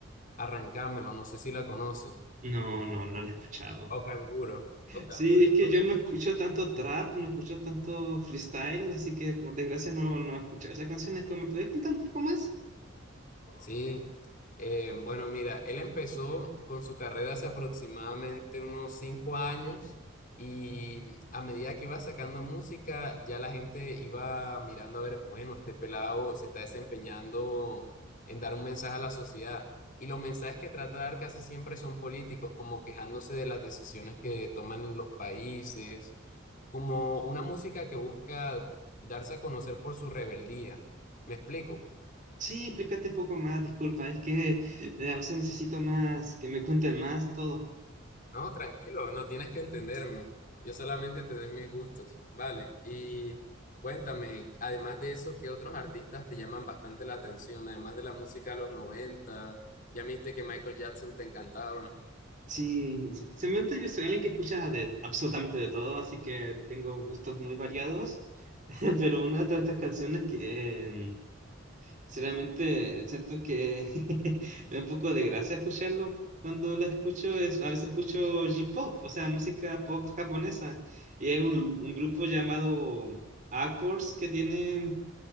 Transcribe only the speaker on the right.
No, no, no la he escuchado.
Sí,
es
que yo no escucho tanto trap, no escucho tanto freestyle, así que por desgracia no, no he escuchado esas canciones. ¿Pero me puedes contar un poco más?
Sí, explícate un poco más, disculpa, es que eh, a veces necesito más, que me cuenten más todo.
Sí, sí, simplemente yo soy alguien que escucha de absolutamente de todo, así que tengo gustos muy variados, <laughs> pero una de estas canciones que, em, Sinceramente, siento que <laughs> me da un poco de gracia escucharlo. Cuando lo escucho, es, a veces escucho J-pop, o sea, música pop japonesa. Y hay un, un grupo llamado Aquors que tiene